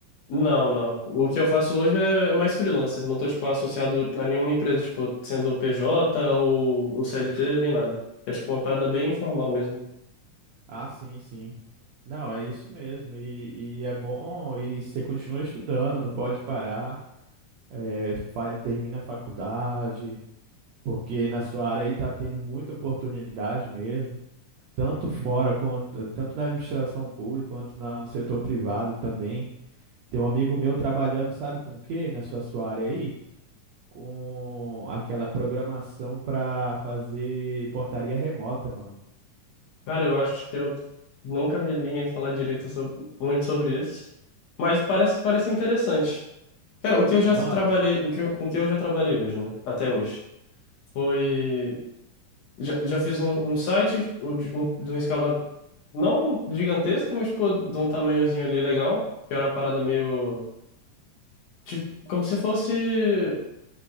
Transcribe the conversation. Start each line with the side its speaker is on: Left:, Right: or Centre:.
Left: Não, não. O que eu faço hoje é é mais freelancer. Não tô, tipo, associado a nenhuma empresa, tipo, sendo PJ ou, ou CLT, nem nada. É, tipo, uma parada bem informal mesmo.
Right: Ah, sim, sim. Não, é isso mesmo. E, e é bom, e você continua estudando, não pode parar. É, fa- termina a faculdade, porque na sua área aí está tendo muita oportunidade mesmo, tanto fora quanto tanto na administração pública quanto na- no setor privado também. Tem um amigo meu trabalhando, sabe com o quê? Na sua, sua área aí? com aquela programação para fazer portaria remota, mano.
Left: Cara, eu acho que eu nunca vi ninguém falar direito sobre- muito sobre isso. Mas parece, parece interessante. Cara, o que eu já
Right: Mano,
Left: trabalhei, o que eu- com o que eu já trabalhei hoje, né? Até hoje. Foi... Já, já fiz um, um site um, de um- de uma escala não gigantesca, mas, pô, de um tamanhozinho ali legal. Que era uma parada meio... Tipo, como se fosse